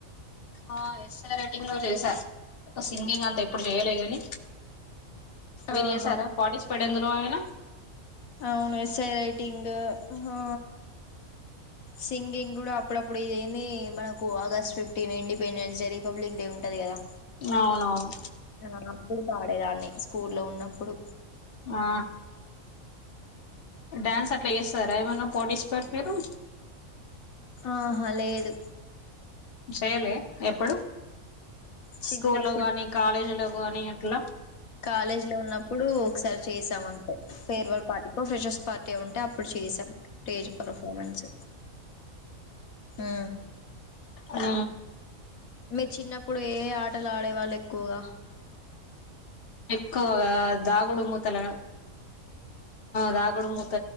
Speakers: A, on the left; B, on the left.
A: ఆ ఎ సింగలో చేసా సింగింగ్ అంతా ఎప్పుడు చేయలే కానీ మీరు
B: ఆహా
A: ఎసారా ఫటీ ఇప్పుడుందులో అయనా
B: అవును ఎస్ఐ రైటింగ్ ఆ సింగింగ్ కూడా అప్పుడప్పుడు ఇది ఏంది మనకు August fifteen Independence Day Republic Day ఉంటది కదా
A: అవునవును
B: ఆ అప్పుడు పాడేద అ స్కూల్లో ఉన్నప్పుడు
A: ఆ డ్యాన్స్ అట్లా చేస్తారా ఏమైన్నా పోటిసిపేట్ మీరు
B: ఆహా లేదు
A: చేయలే ఎప్పుడు
B: చిన్నప్పుడు
A: స్కూల్లో గాని కాలేజీలో గాని అట్లా
B: కాలేజీ లో ఉన్నప్పుడు ఒకసారి చేసామంత పేర్వల్ పాటి ో ఫెషస్ పార్టీ ఉంటే అప్పుడు చేసాను స్టేజ్ పఫార్మెన్స్ ఆ
A: ఆ
B: మీరు చిన్నప్పుడు ఏ ఆటలు ఆడేవాళ్ళు ఎక్కువగా
A: ఎక్కువగా దాగుడు మూతల రాగడు ముత